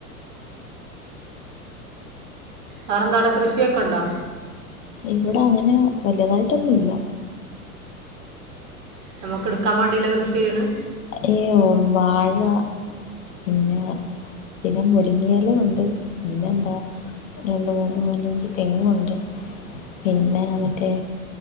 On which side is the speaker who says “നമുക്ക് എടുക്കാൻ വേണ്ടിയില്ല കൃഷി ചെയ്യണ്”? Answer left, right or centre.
Right